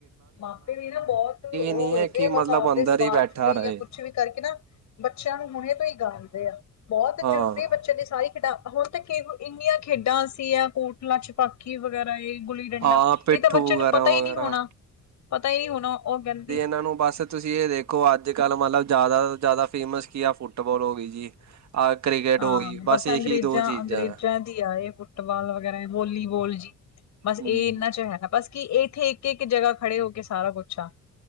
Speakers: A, on the left; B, on the right.
A: ਮਾਪੇ ਵੀ ਨਾ ਬੋਤ ਉਹ
B: ਨਹੀਂ
A: ਹੋਏ
B: ਹੈ
A: ਪਏ
B: ਕਿ
A: ਬਸ
B: ਮਤਲਬ
A: ਆਪਦੇ
B: ਅੰਦਰ
A: ਸਵਾਰਥ
B: ਹੀ ਬੈਠਾ
A: ਲਈ
B: ਰਹੇ
A: ਜਾਂ ਕੁਛ ਵੀ ਕਰਕੇ ਨਾ ਬੱਚਿਆਂ ਨੂੰ ਹੁਣੇ ਤੋਂ ਹੀ ਗਾਲਦੇ ਆ ਬੋਤ
B: ਹਾਂ
A: ਜ਼ਰੂਰੀ ਬੱਚੇ ਦੀ ਸਾਰੀ ਖਿਡਾ ਹੁਣ ਤਾਂ ਇੰਨੀਆਂ ਖੇਡਾਂ ਸੀਆਂ ਕੋਟਲਾ ਛਪਾਕੀ ਵਗੈਰਾ ਇਹ ਗੁੱਲੀ ਡੰਡਾ
B: ਹਾਂ ਪਿੱਠੂ
A: ਇਹ ਤਾਂ ਬੱਚੇ ਨੂੰ
B: ਵਗੈਰਾ
A: ਪਤਾ ਹੀ
B: ਵਗੈਰਾ
A: ਨੀ ਹੋਣਾ ਪਤਾ ਹੀ ਨੀ ਹੋਣਾ ਉਹ ਕੇਨਦੀ
B: ਇਨਾ ਨੂੰ ਬੱਸ ਤੁਸੀਂ ਇਹ ਦੇਖੋ ਅੱਜ-ਕੱਲ ਮਤਲਬ ਜ਼ਿਆਦਾ ਤੋਂ ਜ਼ਿਆਦਾ ਫੇਮਸ ਕੀ ਆ ਫੁੱਟਬਾਲ ਹੋ ਗਈ ਜੀ। ਆਹ ਕ੍ਰਿਕਟ
A: ਹਾਂ
B: ਹੋ ਗਈ ਬਸ ਏਹੀ
A: ਅੰਗਰੇਜ਼ਾਂ
B: ਦੋ ਚੀਜ਼ਾਂ।
A: ਅੰਗਰੇਜ਼ਾਂ ਆ ਇਹ ਫੁੱਟਬਾਲ ਵਗੈਰਾ ਵੋਲੀਬੋਲ ਜੀ ਬਸ
B: ਹਮ
A: ਇਹ ਇਹਨਾਂ ਚ ਹੈਗਾ ਬਸ। ਕਿ ਇੱਥੇ ਏਕ ਏਕ ਜਗ੍ਹਾ ਖੜੇ ਹੋ ਕੇ ਸਾਰਾ ਕੁੱਛ ਆ।